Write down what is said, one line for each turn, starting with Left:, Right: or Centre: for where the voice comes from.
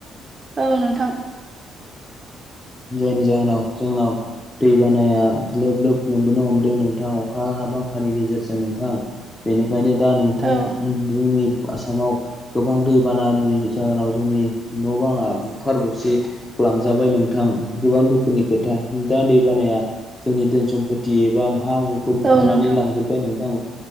Right: औ नोंथां।
Left: जायनि जाहोनाव जोंनाव दै बानाया लोब लोब लोमबोनो हमदों नोंथां अखा हा बांखानि गेजेरजों नोंथां बेनिखा खायनो दा नोंथां
Right: औ
Left: जोंनि आसामाव गोबां दैबानानि जाहोनाव जोंनि न' बाङा बुखार बुसि लांजाबाय नोंथां गोबां दुखुनि खोथा दा दै बानाया जोंनि धोन सम्फति एबा हा हुखौ बुखारनानै
Right: औ नोंथां
Left: लांजोबबाय नोंथां।